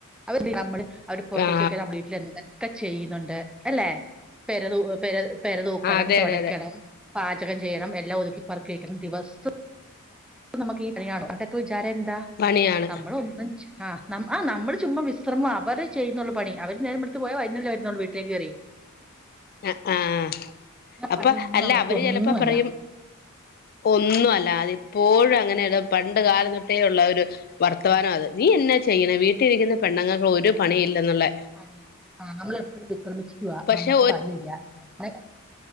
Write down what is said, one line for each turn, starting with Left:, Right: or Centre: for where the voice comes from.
Centre: അവ നമ്മള് അവര് പുറത്തോട്ട്ക്ക
Left: ആ
Centre: നമ്മ വീട്ടിൽ എന്താ ഒക്കെ ചെയ്യുന്നുണ്ട് അല്ലെ പെരതു പെര പെരതൂക്കണം
Left: അതെ
Centre: തുടക്കണം
Left: അതെ അതെ
Centre: പാചകം ചെയ്യണം എല്ലാം ഒതുക്കിപ്പറക്കി വെക്കണം ദിവസം പ്പം നമുക്ക്ഈ കയാണോ പണ്ടൊക്കെ വിചാരം എന്താ
Left: പണിയാണ്
Centre: നമ്മള് ഒന്നും ചെ ആ ആ നമ്മള് ചുമ്മാ വിശ്രമം അവര് ചെയ്യുന്നുള്ളൂ പണി അവര് നേരം വെളുത്തുപോയ വൈുന്നല്ലേ വരുന്നുള്ളൂ വീട്ടിലേക്ക് കയറി
Left: ആഹ് ആഹ അപ്പൊ
Centre: പണിയൊന്നും
Left: അല്ല
Centre: അവർക്ക്
Left: അവര്
Centre: ഒന്നുമല്ല
Left: ചിലപ്പോ പറയും ഒന്നും അല്ല അതിപ്പോഴും അങ്ങനെയ പണ്ട് കാലം തൊട്ടേ ഉള്ള ഒരു വർത്തമാനം അത് നീ എന്നാ ചെയ്യണ വീട്ടിലിരിക്കുന്ന പെണ്ണുങ്ങൾക്ക് ഒരു പണി ഇല്ലെന്നുള്ള
Centre: പണി ആ നമ്മള എപ്പോഴും വിശ്രമിച്ചുവ
Left: പക്ഷെ
Centre: നമ്മുക്ക് പണിയില്ല പിന്നെ